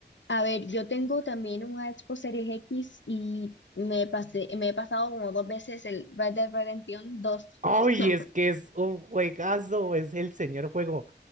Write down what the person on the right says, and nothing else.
¡Ay,
es que es un juegazo! Es el señor juego.